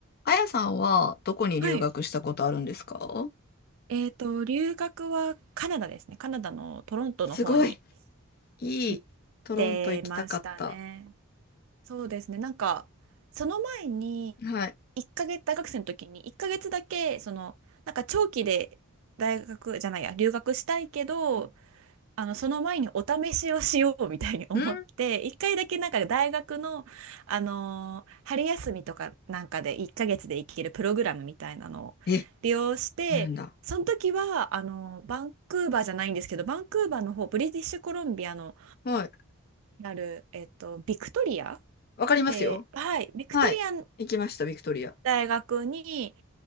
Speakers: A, on the left; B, on the right.
A: あやさんはどこに留学したことあるんですか
B: はい。えっと、留学はカナダですね。カナダのトロントの方に
A: すごい、いい、
B: 行っ
A: トロント行きたかった。
B: てましたね。そうですね。なんか、その前に、
A: はい。
B: 1ヶ月、大学生の時に1ヶ月だけ、その、なんか長期で大学じゃないや、留学したいけど、あのその前にお試しをしようみたいに思って一回だけなんか大学の、
A: うん。
B: あのー春休みとかなんかで1ヶ月で行けるプログラムみたいなのを利用してその時はあのーバンクーバーじゃないんですけどバンクーバーの方ブリティッシュコロンビアの
A: え、あるんだ。はい。
B: ある、えっと、ビクトリア
A: わかりますよ。
B: で、はい、ビクトリアの
A: はい。行きました、ビクトリア。
B: 大学に